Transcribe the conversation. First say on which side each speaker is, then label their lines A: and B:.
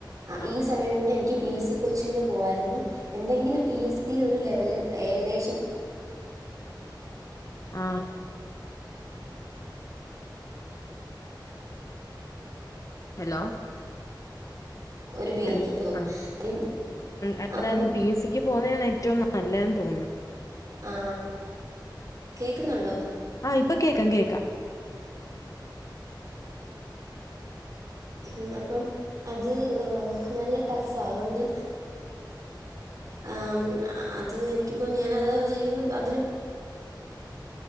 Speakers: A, on the right; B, on the left.
A: ആ
B: ആഹ്
A: ഈ സമയം കൊണ്ട് എനിക്ക് പി എസ്സി കോച്ചിങ്ങിനും പോവായിരുന്നു എന്തെങ്കിലും പി എസ്സില് ഒരു ലെവല് ഏകദേശം
B: ആ ഹലോ
A: ഒരു ബേ
B: അല്ല
A: എനിക്കിപ്പോ തോന്നുന്നു.
B: ആ
A: കാര്യം
B: <unintelligible>
A: അവൻ
B: പി എസ്സിക്കും പോന്നാണ് ഏറ്റവും നല്ലതെന്ന് തോന്നു
A: ആ കേക്കുന്നുണ്ടോ
B: ആ ഇപ്പൊ കേക്കാം കേക്കാം
A: ന്നപ്പം അത് നല്ല ടഫാ അതോണ്ട് ആ അത് എനിക്കിപ്പോ ഞാനതാ വിചാരിക്കുന്നത് അതിന്